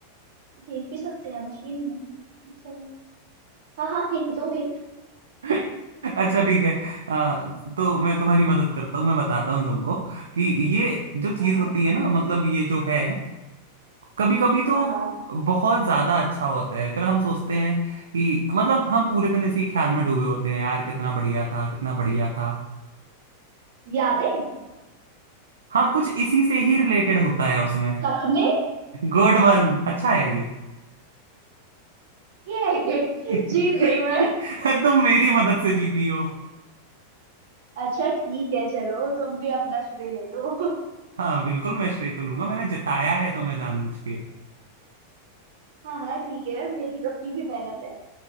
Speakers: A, on the right; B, on the right.
A: देख भी सकते हैं मशीन में अच्छा हाँ हाँ हिंट दो हिंट
B: <laughs> अच्छा ठीक है आ, तो मैं तुम्हारी मदद करता हूँ मैं बताता हूँ तुमको कि ये जो चीज
A: हाँ हाँ
B: होती है ना मतलब ये जो है कभी कभी तो
A: हाँ हाँ
B: बहुत ज्यादा अच्छा होता है फिर हम सोचते हैं कि मतलब हम पूरे दिन इसी ख्याल में डूबे होते हैं यार कितना बढ़िया था कितना बढ़िया था
A: यादें
B: हाँ कुछ इसी से ही रिलेटेड होता है उसमें
A: सपने
B: गुड वन अच्छा है ये
A: ये <laughs>
B: <laughs>
A: जीत गई मैं
B: तुम मेरी मदद से जीती हो
A: अच्छा ठीक है चलो तुम भी अपना श्रेय ले लो <laughs>
B: हाँ बिल्कुल मैं श्रेय तो लूंगा मैंने जिताया है तुम्हें जानबूझ के
A: हाँ हाँ ठीक है मेरी अपनी भी मेहनत है